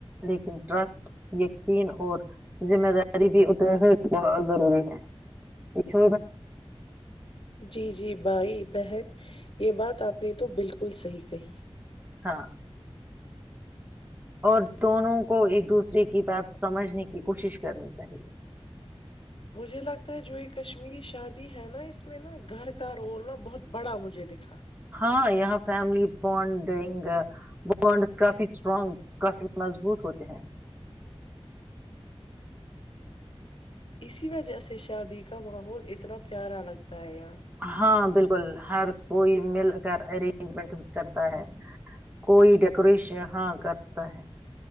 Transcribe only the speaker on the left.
جی جی بھائی بہن یہ بات آپ نے تو بالکل صحیح کہی
مجھے لگتا ہے جو یہ کشمیری شادی ہے نا اس میں نا گھر کا رول نا بہت بڑا مجھے دکھا
اسی وجہ سے شادی کا ماحول اتنا پیارا لگتا ہے یہاں